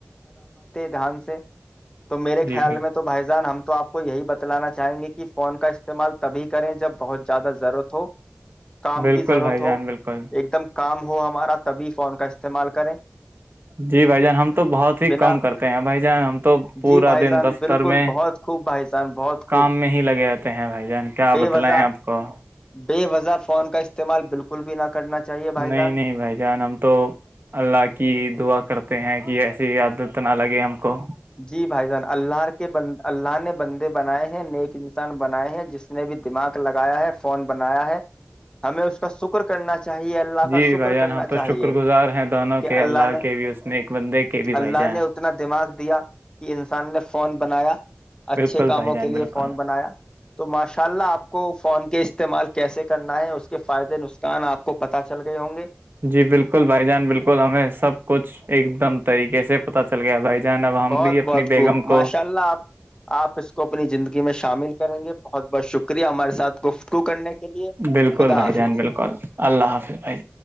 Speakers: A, on the left; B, on the right.
A: دان سے تو میرے
B: جی
A: خیال
B: بالکل
A: میں تو بھائی جان ہم تو آپ کو یہی بتا لانا <unintelligible> چاہیں گے کہ فون کا استعمال تبھی کریں جب بہت زیادہ ضرورت ہو کام
B: بالکل
A: کی ضرورت
B: بھائی
A: ہو
B: جان بالکل
A: کام ہو ہمارا تبھی فارم کا استعمال کریں
B: جی بھائی جان ہم تو بہت ہی
A: بنا
B: کم کرتے ہیں بھائی جان ہم تو پورا
A: جی بھائی
B: دن
A: جان
B: دفتر
A: بالکل
B: میں
A: بہت خوب بھائی جان بہت خوب
B: کام میں ہی لگےتے کہ بھائی <unintelligible> کیا
A: بے
B: بتلیں
A: وجہ
B: آپ کو
A: بے وضہ فون کا استعمال بالکل بھی نہ کرنا چاہیے بھائی
B: نہیں
A: جان
B: نہیں بھائی جان ہم تو اللہ کی دعا کرتے ہیں کہ ایسا جی عادت نہ لگے ہم کو
A: جی بھائی جان اللہ کے بند اللہ نے بندے بنائے ہیں نیک انسان بنائے ہیں جس نے بھی دماغ لگایا ہے فون بنایا ہے ہمیں اس کا شکر کرنا چاہیے اللہ
B: جی
A: کا شکر
B: بھائی جان
A: کرنا
B: ہم تو
A: چاہیے
B: شکر گزار ہیں دونوں
A: کہ
B: کے
A: اللہ نے
B: کے بھی اس نیک بندے کے بھی بھائی
A: اللہ
B: جان
A: نے اتنا دماغ دیا کہ انسان نے فون بنایا اچھے
B: بالکل
A: کاموں
B: بھائی جان
A: کے لیے
B: بالکل
A: فون بنایا تو ماشا ان شاء اللہ آپ کو فون کے استعمال کیسے کرنا ہے اس کے فائدے نقصان آپ کو پتہ چل گئے ہوں گے
B: جی بالکل بھائی جان بالکل ہمیں سب کچھ ایک دم طریقے سے پتا چل گیا بھائی جان اب ہم
A: بہت
B: بھی اپنی
A: بہت
B: بیگم
A: خوب ماشاء
B: کو
A: اللہ آپ آپ اس کو اپنی زندگی میں شامل کریں گے بہت بہت شکریہ ہمارے ساتھ گفتگو کرنے کے لیے
B: بالکل
A: خدا
B: بھائی
A: حافظ
B: جان بالکل اللہ حافظ بھائی